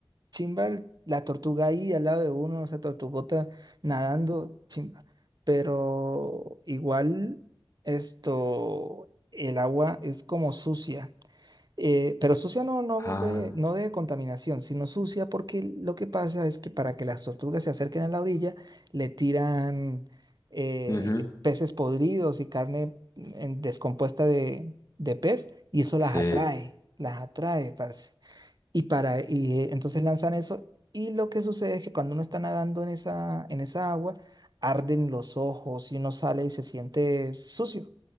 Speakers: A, on the right; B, on the left.
A: chimba, el- la tortuga ahí al lado de uno, esa tortugota nadando, chimba. Pero igual esto, el agua es como sucia. Eh, pero sucia no, no
B: ah,
A: de, no de contaminación, sino sucia porque lo que pasa es que para que las tortugas se acerquen a la orilla, le tiran eh,
B: ujú,
A: peces podridos y carne mm, en- descompuesta de, de pez y eso las
B: sí,
A: atrae, las atrae, parce. Y, para, y eh, entonces lanzan eso y lo que sucede es que cuando uno está nadando en esa, en esa agua, arden los ojos y uno sale y se siente sucio